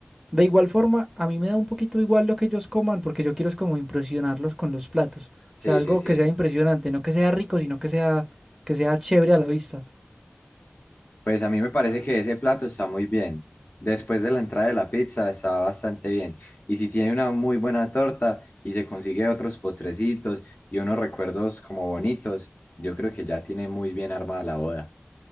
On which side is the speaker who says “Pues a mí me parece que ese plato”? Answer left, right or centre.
Left